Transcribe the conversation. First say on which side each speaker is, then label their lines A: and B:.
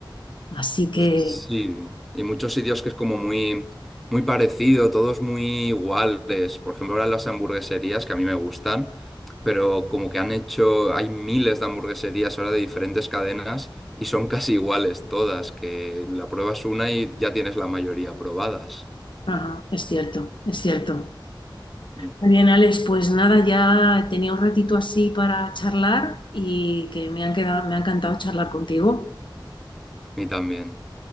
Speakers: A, on the left (about 70°); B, in the centre.
A: Así que
B: Sí, y muchos sitios que es como muy, muy parecido, todos muy iguales. Por ejemplo, ahora las hamburgueserías que a mí me gustan, pero como que han hecho, hay miles de hamburgueserías ahora de diferentes cadenas y son <laughs> casi iguales todas, que la pruebas una y ya tienes la mayoría probadas.
A: ajá, es cierto, es cierto.
B: Mm.
A: Muy bien, Alex, pues nada, ya tenía un ratito así para charlar y que me han quedado, me ha encantado charlar contigo.
B: A mí también.